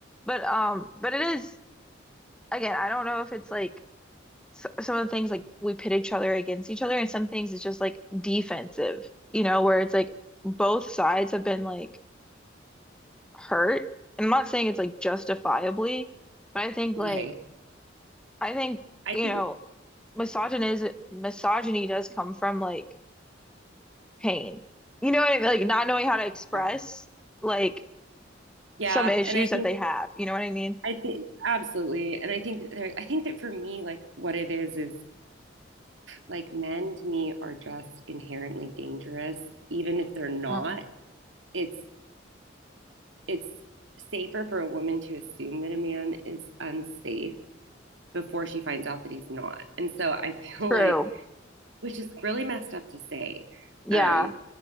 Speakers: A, in the centre; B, on the right.
A: But um, but it is again, I don't know if it's like so, some of the things like we pit each other against each other, and some things it's just like defensive, you know, where it's like both sides have been like hurt. And I'm not saying it's like justifiably, but I think
B: Right.
A: like I think,
B: I
A: you
B: think.
A: know, misogyny is misogyny does come from like pain. You know what I mean? Like not knowing how to express
B: Yeah.
A: like
B: Yeah.
A: some issues
B: And I think.
A: that they have. You know what I mean?
B: I think absolutely, and I think that there, I think that for me, like what it is is like men to me are just inherently dangerous, even if they're not.
A: Mm.
B: It's it's safer for a woman to assume that a man is unsafe before she finds out that he's not. And so I <laughs> feel
A: True.
B: like, which is really messed up to say.
A: Yeah.
B: Um,